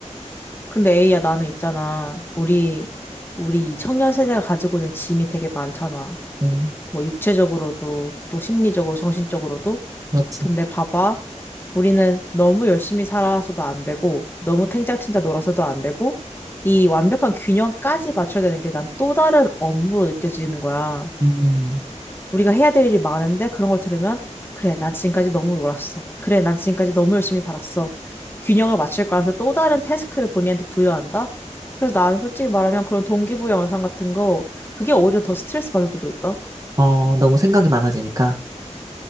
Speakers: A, on the left; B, on the right.
A: 근데 에이야 나는 있잖아. 우리 우리 이 청년 세대가 가지고 있는 짐이 되게 많잖아.
B: 음,
A: 뭐 육체적으로도 또 심리적으로 정신적으로도.
B: 그렇지.
A: 근데 봐봐. 우리는 너무 열심히 살아서도 안 되고 너무 탱자탱자 놀아서도 안 되고 이 완벽한 균형까지 맞춰야 되는 게 난 또 다른 업무로 느껴지는 거야.
B: 음,
A: 우리가 해야 될 일이 많은데 그런 걸 들으면 그래, 난 지금까지 너무 놀았어. 그래, 난 지금까지 너무 열심히 살았어. 균형을 맞출 거야 하면서 또 다른 태스크를 본인한테 부여한다? 그래서 나는 솔직히 말하면 그런 동기부여 영상 같은 거 그게 오히려 더 스트레스 받을 때도 있다.
B: 어, 너무 생각이 많아지니까.